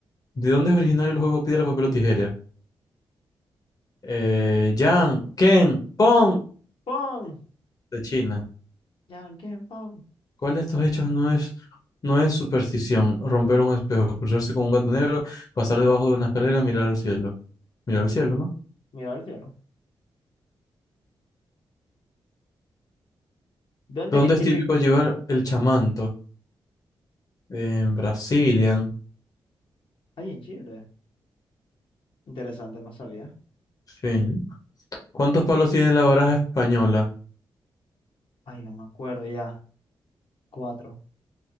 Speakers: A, on the left; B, on the left.
A: ¿De dónde es originario el juego piedra, papel o tijera? Eh, Yang, Ken, Pong.
B: ¡Pon!
A: De China.
B: ¡Yanquen, pon!
A: ¿Cuál de estos
B: Bueno,
A: hechos no es, no es superstición? Romper un espejo, cruzarse con un gato negro, pasar debajo de una escalera, mirar al cielo. Mirar al cielo, ¿no?
B: mira al cielo. ¿Dónde
A: ¿Dónde
B: es típico?
A: es típico llevar el chamanto? En Brasilia.
B: Ay, en Chile. Interesante, no sabía.
A: Sí. ¿Cuántos palos tiene la baraja española?
B: Ay, no me acuerdo ya. Cuatro.